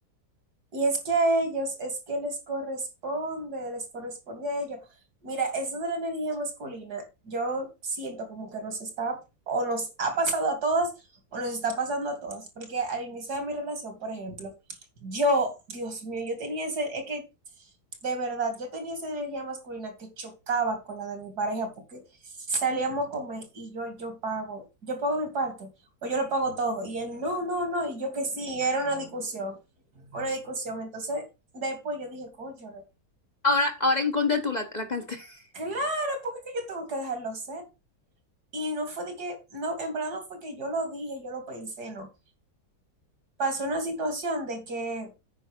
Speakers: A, on the right; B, on the left.
A: y es que a ellos, es que les corresponde, les corresponde a ellos. Mira, eso de la energía masculina, yo siento como que nos está, o nos ha pasado a todas, o nos está pasando a todas, porque al inicio de mi relación, por ejemplo, yo, Dios mío, yo tenía ese, es que de verdad, yo tenía esa energía masculina que chocaba con la de mi pareja porque salíamos a comer y yo, yo pago, yo pago mi parte o yo lo pago todo y él no, no, no y yo que sí, era una discusión, una discusión. Entonces después yo dije, cónchale,
B: Ahora, ahora encontré tú la, la cartera. <laughs>
A: claro, porque es que yo tengo que dejarlo ser. Y no fue de que, no, en verdad no fue que yo lo dije, yo lo pensé, no. Pasó una situación de que